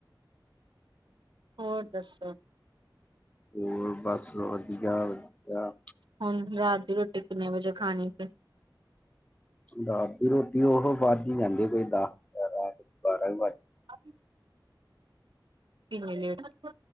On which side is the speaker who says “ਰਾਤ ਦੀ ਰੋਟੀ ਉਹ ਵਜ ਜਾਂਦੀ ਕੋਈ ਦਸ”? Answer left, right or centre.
Left